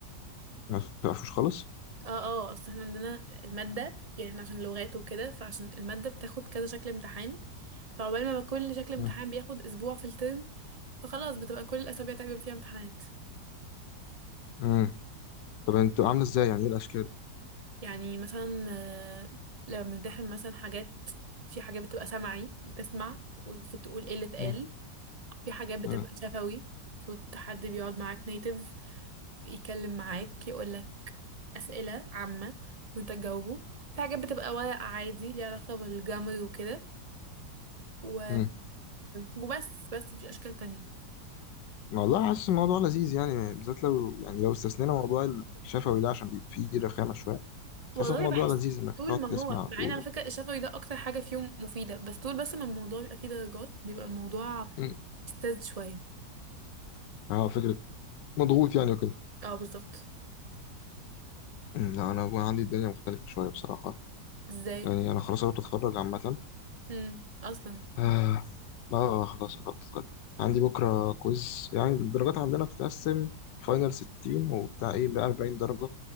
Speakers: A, on the left; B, on the right.
A: ما بتعرفوش خالص
B: اه اه اصل احنا عندنا الماده يعني احنا عشان لغات وكده فعشان الماده بتاخد كذا شكل امتحان فعقبال ما كل شكل امتحان
A: مم.
B: بياخد اسبوع في الترم فخلاص بتبقى كل الاسابيع تقريبا فيها امتحانات
A: مم. طب انتوا عامله ازاي يعني ايه الاشكال
B: يعني مثلا آه، لما بنمتحن مثلا حاجات في حاجات بتبقى سمعي بتسمع وتقول ايه اللي اتقال
A: مم.
B: في حاجات بتبقى
A: مم.
B: شفوي المفروض حد بيقعد معاك نيتيف يتكلم معاك يقولك أسئلة عامة وانت تجاوبه في حاجات بتبقى ورق عادي ليها علاقة بالجمر وكده و...
A: مم.
B: وبس بس مفيش أشكال تانية
A: والله حاسس الموضوع لذيذ يعني بالذات لو يعني لو استثنينا موضوع ال- الشفوي ده عشان بيبقى فيه رخامه شويه
B: والله
A: حاسس الموضوع
B: بحس
A: لذيذ انك
B: طول
A: تقعد
B: ما
A: تسمع
B: هو
A: وتقول
B: مع ان على فكرة الشفوي ده أكتر حاجة فيهم مفيدة بس طول بس ما الموضوع بيبقى فيه درجات بيبقى الموضوع
A: مم.
B: مستفز شوية
A: اه فكره مضغوط يعني وكده
B: اه بالظبط
A: مم. لا انا عندي الدنيا مختلفه شويه بصراحه
B: ازاي؟
A: يعني أنا خلاص قربت أتخرج عامة
B: امم أصلا
A: آه آه، خلاص قربت أتخرج عندي بكرة كويز يعني الدرجات عندنا بتتقسم فاينل 60 وبتاع إيه بقى 40 درجة